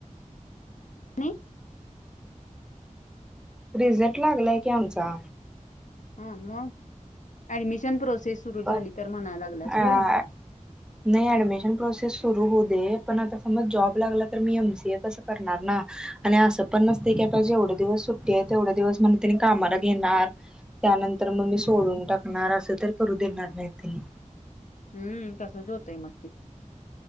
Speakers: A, on the left; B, in the centre.
A: <unintelligible>
B: रिझल्ट लागलाय की आमचा
A: ह मग ऍडमिशन प्रोसेस सुरू झाली
B: अ
A: तर म्हणायला लागल्यास व्हय.
B: नाही अऍडमिशन प्रोसेस सुरू होऊदे पण आता जौब लागला तर हि एम सी ए कसं करणार ना एवढे दिवस सुट्टी आहे तेवढ दिवस म्ह कामाला घेणार त्यानंतर तर मग मी
A: हम्म
B: सोडून टाकणार असं तर करू देणार नाही त
A: हम्म तसच होतंय मगकी